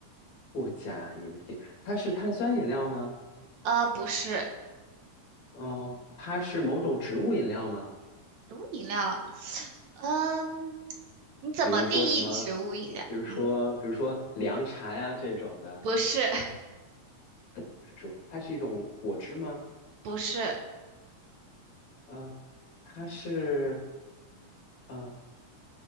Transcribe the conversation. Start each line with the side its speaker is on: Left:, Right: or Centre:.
Left: 不加饮品，它是碳酸饮料吗？
Right: 呃，不是
Left: 嗯，它是某种植物饮料吗？
Right: 植物饮料。嗯，你怎么定义植物饮料？
Left: 比如说什么，比如说，
Right: 嗯，
Left: 比如说凉茶呀、这种的，
Right: 不是，<laughs>
Left: 不是说它是一种果汁吗？
Right: 不是，
Left: 嗯，它是，呃，